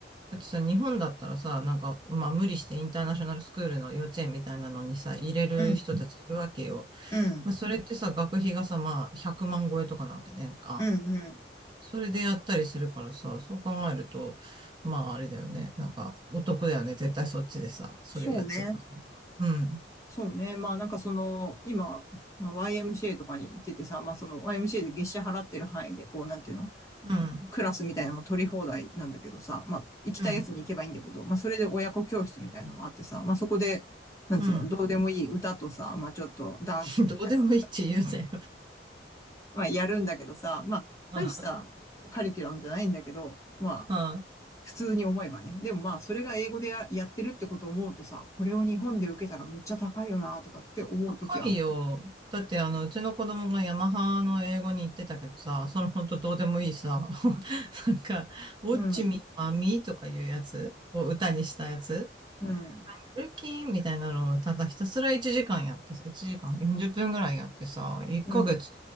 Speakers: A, on the right; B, on the left.
A: ってさ、日本だったらさ、なんか、まあ無理してインターナショナルスクールの幼稚園みたいなのにさ、入れる人たちいるわけよ。
B: うん、うん、
A: まあそれってさ、学費がさ、まあ100万超えとかなわけね年間。
B: うん、うん。
A: それでやったりするからさ、そう考えると、まああれだよね。なんか、お得だよね。絶対そっちでさ、それやっちゃった方が。
B: そうね。
A: うん、
B: そうね。まあなんかその、今、まあ、YMCA とかに行っててさ、まあその YMCA で月謝払ってる範囲で、こうなんていうの、
A: うん、
B: クラスみたいなのも取り放題なんだけどさ、まあ行きたいやつに行けばいいんだけど、
A: うん、
B: まあそれで親子教室みたいなのもあってさ、まあそこで、なんつうの、
A: うん。
B: どうでもいい歌とさ、まあちょっとダンスみたいなのとか
A: <laughs> どうでもいいって言うなよ。
B: まあ、やるんだけどさ、まあ、
A: うん、
B: 大したカリキュラムじゃないんだけど、まあ、
A: うん、うん。
B: 普通に思えばね。でもまあ、それが英語でや、やってるってことを思うとさ、これを日本で受けたらむっちゃ高いよな、とかって思うときはある。
A: 高いよ。だって、あの、うちの子供がヤマハの英語に行ってたけどさ、そのほんとどうでもいいさ、<laughs> なんか、ウォッチミーマミーとかいうやつを歌にしたやつ
B: うん、うん、うん。
A: ルキンみたいなのをただひたすら1時間やってさ、1時間40分ぐらいやってさ、1ヶ月
B: うん